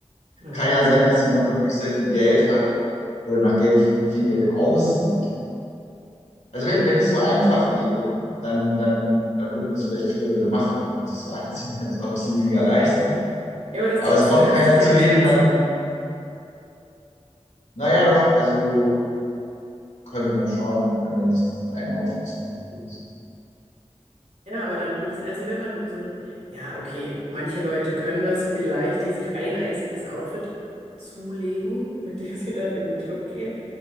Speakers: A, on the right; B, on the left.
A: hm.
B: Kann ja sein, dass jemand wirklich sehr viel Geld hat oder nach Geld viel, viel Geld aussieht. Also wenn, wenn es so einfach wäre, dann, dann, dann würden das vielleicht viele Leute machen und sich so <laughs> anziehen, als ob sie mega reich sind.
A: Ja, aber das
B: Aber
A: Ding
B: es
A: ist,
B: kommt
A: du kannst
B: keiner
A: dich
B: zu
A: ja nicht
B: denen,
A: anziehen.
B: dann, naja, doch, also könnte man schon, wenn man sich dieses eine Outfit zulegt oder so.
A: Ja, aber dann würde es also wenn man so eine, ja, okay, manche Leute können das vielleicht, die sich ein einziges Outfit zulegen, mit dem sie dann in den Club gehen.